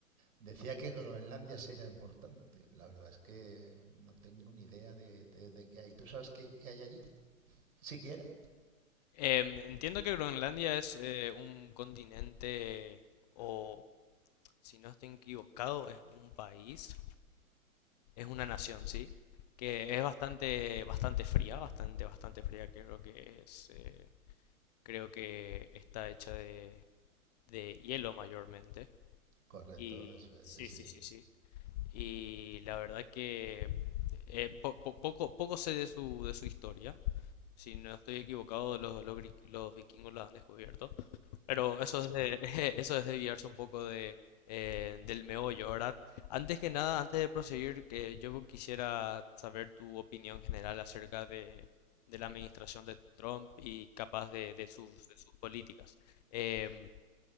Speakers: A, on the right (about 80°); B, on the left (about 30°).
A: decía que Groenlandia sí importante. La verdad es que no tengo ni idea de, de, de qué hay. ¿Tú sabes qué, qué hay allí? Siquiera.
B: Em, entiendo que Groenlandia es eh, un continente, o si no estoy equivocado, es un país es una nación, ¿sí? Que es bastante, bastante fría, bastante, bastante fría. Creo que es, eh, creo que está hecha de, de hielo mayormente.
A: Correcto,
B: Y
A: eso es,
B: sí,
A: sí, sí.
B: sí, sí, sí. Y la verdad que eh, po- po- poco, poco sé de su, de su historia. Si no estoy equivocado, los, los, gri- los vikingos la han descubierto. Pero eso es de, <laughs> eso es desviarse un poco de, eh, del meollo, ¿verdad? Antes que nada, antes de proseguir, que yo quisiera saber tu opinión general acerca de, de la administración de Trump y capaz de, de sus, de sus políticas. Em,